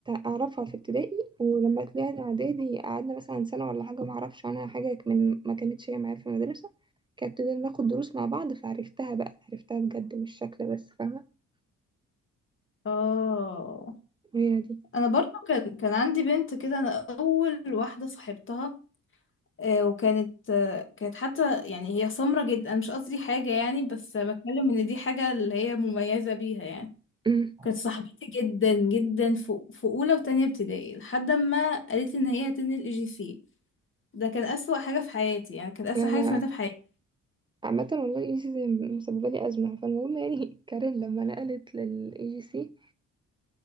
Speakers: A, on the right; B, on the left.
A: اعرفها في ابتدائي ولما طلعنا اعدادي قعدنا مثلا سنه ولا حاجه ما اعرفش عنها حاجه من ما كانتش هي معايا في المدرسه كانت ابتدينا ناخد دروس مع بعض فعرفتها بقى عرفتها بجد مش شكل بس فاهمة
B: اه
A: هي دي
B: انا برضو كان كان عندي بنت كده انا اول واحده صاحبتها آه، وكانت آه، كانت حتى يعني هي سمرة جدا أنا مش قصدي حاجه يعني بس بتكلم ان دي حاجه اللي هي مميزه بيها يعني
A: أمم.
B: كانت صاحبتي جدا جدا في في اولى وتانية ابتدائي لحد ما قالت لي ان هي هتنقل اي جي سي ده كان اسوأ حاجه في حياتي يعني كانت اسوأ
A: انا
B: حاجه
A: ما-
B: سمعتها في حياتي
A: عامة والله اي جي سي مسببة لي أزمة فالمهم يعني <laughs> كارين لما نقلت للاي جي سي